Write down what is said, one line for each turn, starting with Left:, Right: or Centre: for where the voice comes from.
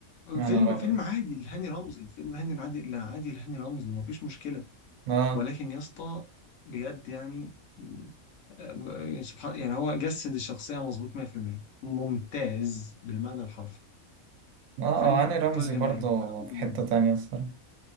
Right: يا
Left: فيلم
Right: نهار ابيض
Left: فيلم عادي لهاني رمزي فيلم هاني العادي لا عادي لهاني رمزي مفيش مشكلة
Right: اه
Left: ولكن يا اسطى بجد يعني آه، سبحان يعني هو جسد الشخصية مظبوط 100% ممتاز بالمعنى الحرفي
Right: اه آه،
Left: فيلم
Right: هاني رمزي
Left: أقل
Right: برضه
Left: ما يقال إنه
Right: في حته تانية الصراحه